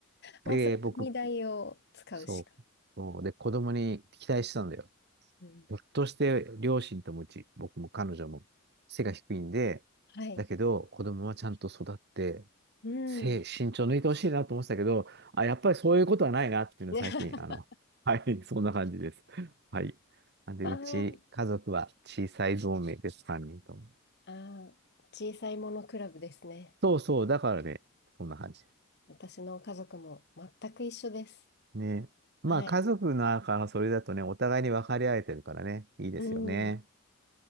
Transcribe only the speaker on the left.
もうその踏み台を使うしか。
うん。
はい。
うん。
ね、<laughs>
あー
あー、小さいものクラブですね。
私の家族も全く一緒です。
はい。
うん。